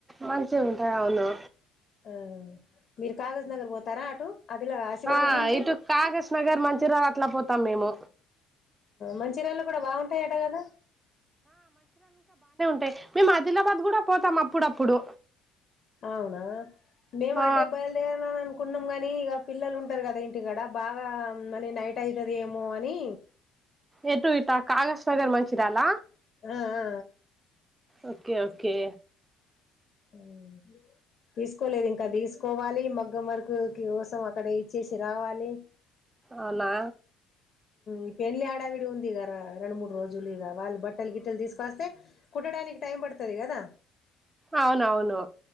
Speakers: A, on the right; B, on the left.
A: మంచిగా ఉంటాయి అవును
B: ఆ మీరు కాగజ్ నగర్ పోతారా అటు అదిలా ఆసిఫబాద్
A: ఆ,
B: నుంచి
A: ఇటు కాగస్ నగర్ మంచిర్యాల అట్లా పోతాం మేము
B: మంచిర్యాల కూడా బాగుంటాయట కదా
A: మేమ్ ఆదిలాబాద్ కూడా పోతాం అప్పుడప్పుడు
B: అవునా మేము
A: ఆ,
B: అటే బయలుదేరాలని అనుకున్నాం గాని ఇక పిల్లలు ఉంటారు కదా ఇంటికాడ బాగా మని నైట్ యితది ఏమో అని
A: ఎటు ఇట్ట కాగస్ నగర్ మంచిరాల
B: ఆ ఆ
A: ఓకే ఓకే
B: మ్ తీసుకోలేదు ఇంకా దిసుకోవాలి మగ్గం వరకు కి కోసం అక్కడ ఇచ్చేసి రావాలి
A: అవునా
B: ఇ పెళ్లి హడావిడి ఉంది గార రొండు మూడ్ రోజులు ఇంగా వాళ్ళు బట్టలు గిట్టలు తీసుకొస్తే కుట్టడానికి టైం పడుతది కదా
A: అవునవును